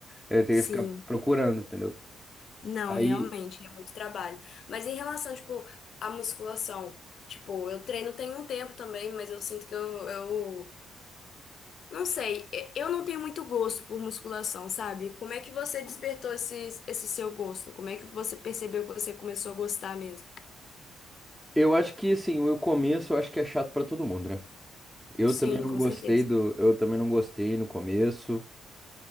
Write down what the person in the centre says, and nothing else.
Eu teria
que ficar procurando, entendeu?
Aí,
eu acho que, assim, o começo eu acho que é chato pra todo mundo, né? Eu
também não
gostei
do, eu também não gostei no começo,